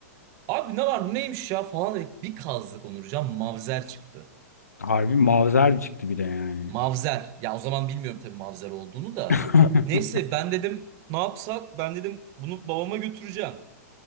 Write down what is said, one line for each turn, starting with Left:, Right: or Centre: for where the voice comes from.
Right: Abi ne var bu neymiş ya falan dedik. Bir kazdık Onurcan mavzer çıktı.
Left: Harbi mavzer çıktı bir de yani.
Right: Mavzer. Ya o zaman bilmiyorum tabii Mavzer olduğunu da.
Left: <laughs>
Right: Neyse ben dedim ne yapsak? Ben dedim bunu babama götüreceğim.